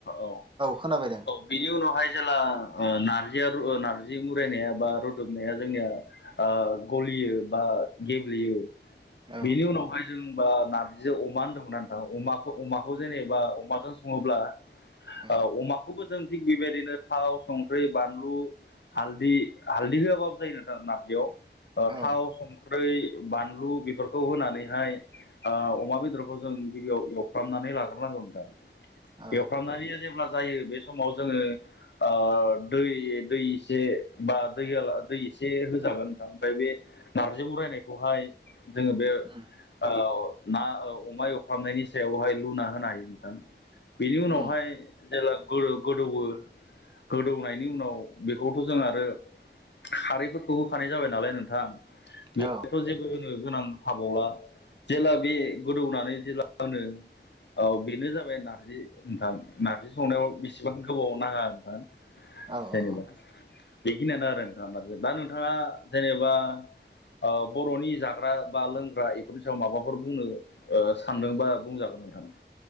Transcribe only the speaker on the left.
औ औ
बिनि उनावहाय जेला ओ नारजिया ओ नारजि मुरायनाया बा रोदबनाया जोंनिया ओ गलियो बा गेब्लेयो
बिनि उनावहाय जोंबा नारजिजों अमा होनदोंमोन ना नोंथां अमा खौ अमाखौ जेनेबा अमाजों सङोब्ला
ओ अमाखौबो जों थिग बेबायदिनो थाव संख्रि बानलु हालदि हालदि होआबाबो जायो नोंथां नार्जियाव ओ
थाव, सं ख्रै, बानलु बेफोरखौ होनानैहाय ओ अमा बेदरखौ जों गिबियाव एव फ्रामनानै लाग्रोनांगौ नोंथां
एवफ्रामनानै जेब्ला जायो बे समाव जोङो ओ दै दै एसे बा दै होला दै एसे होजागोनदां ओमफ्राय बे नारजि उरायनायखौहाय जोङो बे
ओअ ना अमा एवफ्रामनायनि सायावहाय लुना होनो हायो नोंथां बेनि उनावहाय
जेला गोदो गोदौवो गोदौनायनि उनाव बेखौथ' जोंआरो खारैफोरखौ होखानाय जाबाय नालाय नोंथां
बेवहथ' जेबो गोनां थाबावला जेला बे गोदौनानै जेला आनो औ बेनो जाबाय नारजि नोंथां नार्जि संनायाव बेसेबां गोबाव नाङा नोंथां
जेनेबा
बेखिनियानो आरो नोंथां दा नोंथाङा जेनेबा ओ बर'नि जाग्रा बा लोंग्रा बेफोरनि सायाव माबाफोर बुंनो ओ सानदोंबा बुंजागोन नोंथां